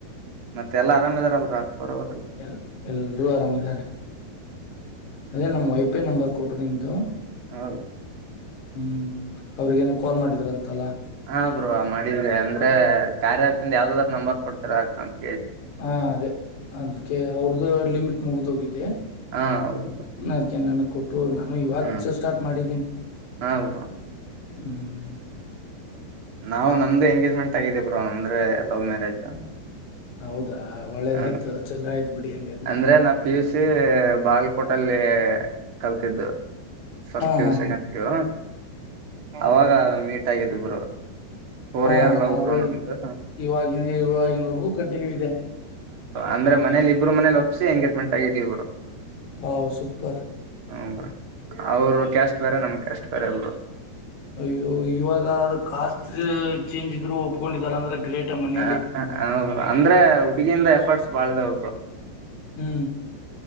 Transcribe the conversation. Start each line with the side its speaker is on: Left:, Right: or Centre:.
Right: ಮತ್ತೆ ಎಲ್ಲಾ ಆರಾಮ್ ಇದಾರಲ್ರ ಅಕ್ಬರ್ ಅವರೆಲ್ಲ
Left: ಎಲ್ ಎಲ್ಲರೂ ಆರಾಮಿದ್ದಾರೆ ಅದೇ ನಮ್ ವೈಪೇ ನಂಬರ್ ಕೊಟ್ರು ನಿಮ್ದು
Right: ಹೌದ
Left: ಹ್ಮ್ ಅವ್ರಗೇನ ಕಾಲ್ ಮಾಡಿದ್ರ ಅಂತಲ್ಲ
Right: ಹಾ ಬ್ರೋ ಮಾಡಿದ್ದೆ ಅಂದ್ರೆ ಕಾರ್ಯಾಪಿಂದ ಯಾವ್ದಾದ್ರ ನಂಬರ್ ಕೊಡ್ತರಾಕಂತ
Left: ಹಾ ಅದೇ ಅನ್ಕ ಅವ್ರ್ದಲಿಮಿಟ್ ಮುಗ್ದೋಗಿದೆ
Right: ಹಾ ಹೌದು
Left: ಅದಕ್ಕೆ ನನಗೆ ಕೊಟ್ರು ನಾನು ಇವಾಗ
Right: ಹಾ
Left: ಸ್ಟಾರ್ಟ್ ಮಾಡಿದ್ದೀನಿ
Right: ಹಾ ಬ್ರೋ
Left: ಹ್ಮ್
Right: ನಾವವು ನಮ್ದು ಎಂಗೇಜ್ಮೆಂಟ್ ಆಗಿದೇ ಬ್ರೋ ಅಂದ್ರೆ ಲವ್ ಮ್ಯಾರೇಜ್
Left: <inaudible> ಒಳ್ಳೇದಾಯ್ತು
Right: ಹ
Left: ಚಲೋ ಆಯ್ತು ಬಿಡಿ ಹಂಗಾದ್ರೆ
Right: ಅಂದ್ರೆ ನಾ ಪಿ ಯು ಸಿ ಬಾಲ್ಕೋಟಲ್ಲಿ ಕಲ್ತಿದ್ದು ಫಸ್ಟ್
Left: ಹಾ
Right: ಪ್ಯೂ
Left: ಹಾ
Right: ಸೆಕೆಂಡ್
Left: ಹಾ
Right: ಪ್ಯೂ ಅವಾಗ ಮೀಟ್ ಆಗಿದ್ದ ಬರು ಫೋರ್
Left: ಹಾ
Right: ಇಯರ್ ಲವರು
Left: ಹಾ ಅದು
Right: ನಮ್ದ ಹ
Left: ಇವಾಗಿನ ಇವಾಗಿನವರೆಗೂ ಕಂಟಿನ್ಯೂ ಇದೆ
Right: ಅಂದ್ರೆ ಮನೇಲಿ ಇಬ್ರು ಮನಲಿ ಒಪ್ಸಿ ಎಂಗೇಜ್ಮೆಂಟ್ ಆಗಿದ ಇಬ್ರು
Left: ವಾವ ಸಪರ್
Right: ಹಬ ಅವರು ಕ್ಯಾಸ್ಟ್ ಬೇರೆ ನಮ್ ಕ್ಯಾಸ್ಟ್ ಬೇರೆ ಎಲ್ರು
Left: ಅಯ್ಯೋ ಇವಾಗ ಕಾಸ್ಟ್ ಚೇಂಜ್ ಇದ್ರು ಒಪ್ಕೊಂಡಿದಾರ ಅಂದ್ರೆ ಗ್ರೇಟ್ ಮನೆಯಲ್ಲಿ
Right: ಹ ಹೌರು ಅಂದ್ರೆ ಹುಡುಗಿಯಿಂದ ಎಫರ್ಟ್ಸ್ ಬಾಳದ ಹರು
Left: ಹ್ಮ್